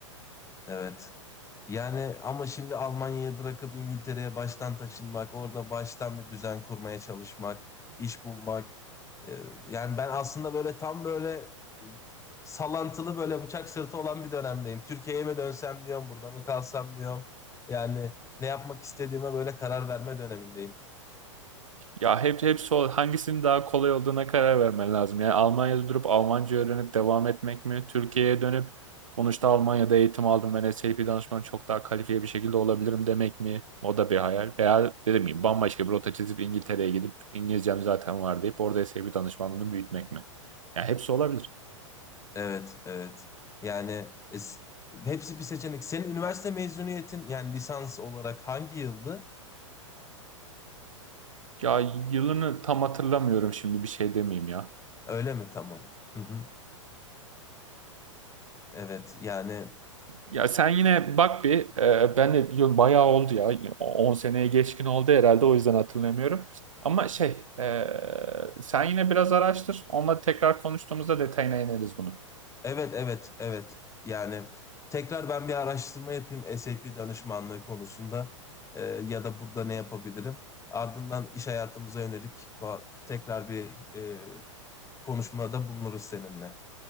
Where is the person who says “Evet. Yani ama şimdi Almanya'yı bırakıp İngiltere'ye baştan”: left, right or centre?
Left